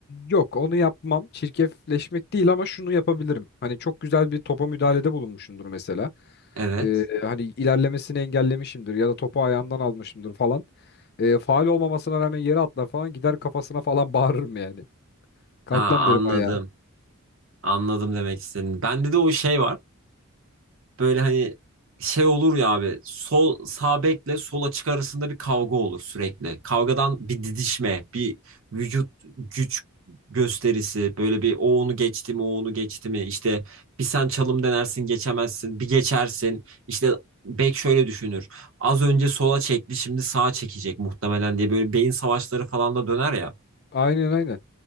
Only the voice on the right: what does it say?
Evet.
Ha anladım.
Anladım demek istediğini. Bende de o şey var. Böyle hani şey olur ya abi sol sağ bekle sol açık arasında bir kavga olur sürekli. Kavgadan bir didişme, bir vücut güç gösterisi böyle bir o onu geçti mi o onu geçti mi işte bir sen çalım denersin geçemezsin bir geçersin işte bek şöyle düşünür az önce sola çekti şimdi sağa çekecek muhtemelen diye böyle beyin savaşları falan da döner ya.